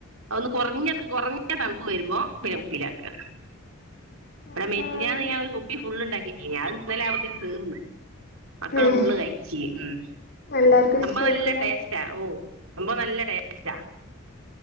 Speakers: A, on the right; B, on the left.
A: അതൊന്ന് കൊറഞ്ഞ കൊറഞ്ഞ തണുപ്പ് വരുമ്പോ പിന്നെ കുപ്പിലാക്ക ഇവടെ
B: ആഹ്
A: മിനിഞ്ഞാന്ന്
B: ആഹ്
A: ഞാനൊരു കുപ്പി ഫുള്ള് ണ്ടാക്കിട്ടീനി അത് ഇന്നലെ ആവുംമ്പതേനു തീർന്ന് മക്കള്
B: ഏഹ്
A: ഫുള്ള് കഴിച്ചി ഉം
B: എല്ലാർക്കും
A: സംഭവം
B: ഇഷ്ടായിക്കൂലേ
A: നല്ല ടേസ് റ്റാ ഓ സംഭവം നല്ല ടേസ്റ്റാ